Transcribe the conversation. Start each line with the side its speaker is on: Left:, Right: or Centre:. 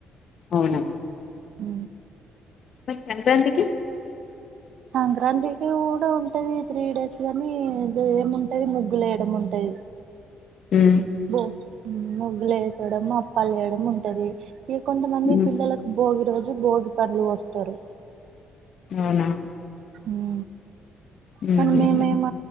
Left: అవునా
Right: ఉ
Left: మరి సంక్రాంతికి
Right: సంక్రాంతికి కూడా ఉంటది త్రీ డేస్ కానీ ఏముంటది ముగ్గులు వేయడం ఉంటది
Left: హ్మ్.
Right: బో ము ముగ్గులు వేసేయడం అప్పలు చేయడం ఉంటది ఇ కొంతమంది
Left: హ్మ్.
Right: పిల్లలకు భోగి రోజు భోగి పండ్లు పోస్తారు
Left: అవునా
Right: ఊ
Left: హుహుహు.
Right: కానీ మేమేమ